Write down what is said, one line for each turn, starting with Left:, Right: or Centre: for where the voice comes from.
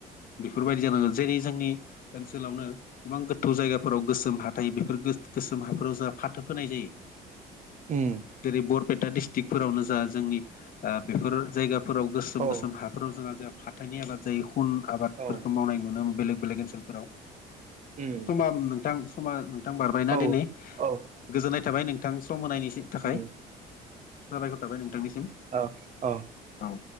Left: बेफोरबायदि जानांगोन जेरै जोंनि ओनसोलावनो गोबां गोथौ जायगाफोराव गोसोम हा थायो बेफोर गोसोम हाफोराव जोंहा फाथो फोनाय जायो
Right: उम
Left: जेरै बरपेटा डिस्ट्रिक्टफोरावनो जा जोंनि ओ बेफोर जायगाफोराव गोसोम
Right: औ
Left: गोसोम हा फोराव जोंहा जहा फाथोनि आबाद जायो हुन आबादफोरखौ
Right: औ
Left: मावनाय नुनोन बेलेग बेलेक ओनसोलफोराव
Right: उम
Left: समा नोंथां समा नोंथां बारबायना
Right: औ
Left: दिनै
Right: औ
Left: गोजोननाय थाबाय नोंथां सम होनायनि थाखाय
Right: उम
Left: साबायखर थाबाय नोंथांनिसिम
Right: औ अ
Left: औ